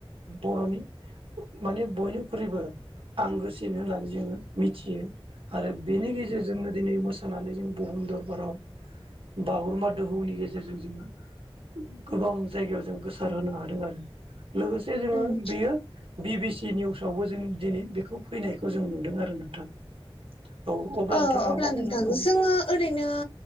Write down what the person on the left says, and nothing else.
उम
उम
ओ
अब्ला
नोंथां
जोङो ओरैनो